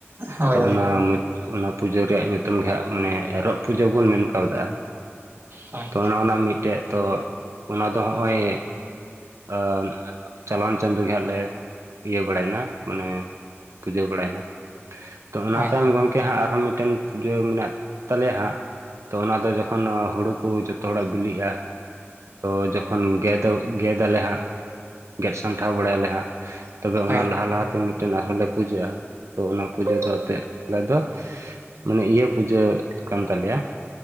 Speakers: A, on the right; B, on the right.
A: ᱦᱳᱭ
B: ᱛᱚ
A: ᱦᱳᱭ
B: ᱚᱱᱟ ᱚᱱᱟ ᱯᱩᱡᱟᱹ ᱨᱮᱭᱟᱜ ᱧᱩᱛᱩᱢ ᱜᱮ ᱦᱟᱸᱜ ᱢᱟᱱᱮ ᱮᱨᱚᱜ ᱯᱩᱡᱟᱹ ᱵᱚᱱ ᱢᱮᱱ ᱠᱟᱣᱫᱟᱜ ᱟ
A: ᱦᱳᱭ
B: ᱛᱚ ᱚᱱᱮ ᱚᱱᱟ ᱢᱤᱫᱴᱮᱡ ᱛᱚ ᱚᱱᱟ ᱫᱚ ᱦᱚᱸᱜᱼᱚᱭ ᱟ ᱪᱟᱞᱟᱣᱮᱱ ᱪᱟᱸᱫᱳ ᱜᱮ ᱦᱟᱜ ᱞᱮ ᱤᱭᱟᱹ ᱵᱟᱲᱟᱭᱱᱟ ᱢᱟᱱᱮ ᱯᱩᱡᱟᱹ ᱵᱟᱲᱟᱭᱱᱟ ᱛᱚ ᱚᱱᱟ
A: ᱦᱳᱭ
B: ᱛᱟᱭᱚᱢ ᱜᱚᱝ ᱠᱮ ᱦᱟᱸᱜ ᱟᱨᱦᱚᱸ ᱢᱤᱫᱴᱮᱱ ᱯᱩᱡᱟᱹ ᱢᱮᱱᱟᱜ ᱛᱟᱞᱮᱭᱟ ᱦᱟᱸᱜ ᱛᱚ ᱚᱱᱟᱫᱚ ᱡᱚᱠᱷᱚᱱ ᱦᱩᱲᱩ ᱠᱚ ᱡᱚᱛᱚ ᱦᱚᱲᱟᱜ ᱵᱤᱞᱤᱜᱼᱟ ᱛᱚ ᱡᱚᱠᱷᱚᱱ ᱜᱮᱫᱚᱜ ᱜᱮᱫ ᱛᱟᱞᱦᱮ ᱦᱟᱸᱜ ᱜᱮᱫ ᱥᱟᱢᱴᱟᱣ ᱵᱟᱲᱟᱭᱟᱞᱮ ᱦᱟᱸᱜ ᱛᱚᱵᱮ
A: ᱦᱳᱭ
B: ᱚᱱᱟ ᱞᱟᱦᱟ ᱞᱟᱦᱟᱛᱮ ᱢᱤᱫ ᱢᱤᱫᱴᱮᱱ ᱟᱨᱦᱚᱸᱞᱮ ᱯᱩᱡᱟᱹᱜᱼᱟ ᱛᱚ ᱚᱱᱟ ᱯᱩᱡᱟᱹ ᱫᱚ ᱮᱱᱛᱮᱫ ᱟᱞᱮ ᱫᱚ ᱢᱟᱱᱮ ᱤᱭᱟᱹ ᱯᱩᱡᱟᱹ ᱠᱟᱱ ᱛᱟᱞᱮᱭᱟ